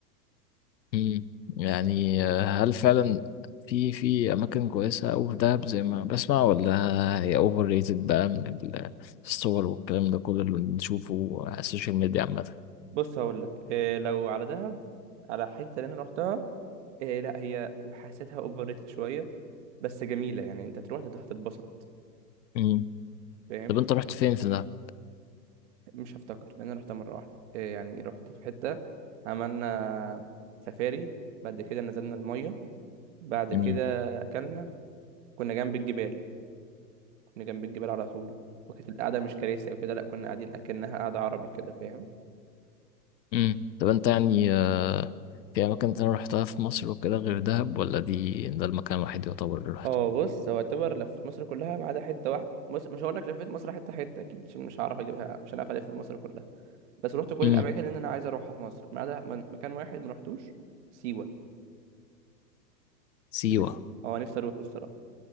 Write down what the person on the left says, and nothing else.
مم. يعني آه، هل فعلا في في أماكن كويسة أوي في دهب زي ما بسمع ولا هي أوفر ريتد بقى من ال- الصور والكلام ده كله اللي بنشوفه على السوشيال ميديا عامة
مم.
طب أنت رحت فين في دهب؟
مم.
مم. طب أنت يعني آه، في أماكن تانية رحتها في مصر وكده غير دهب ولا دي ده المكان الوحيد يعتبر اللي رحته؟
مم.
سيوة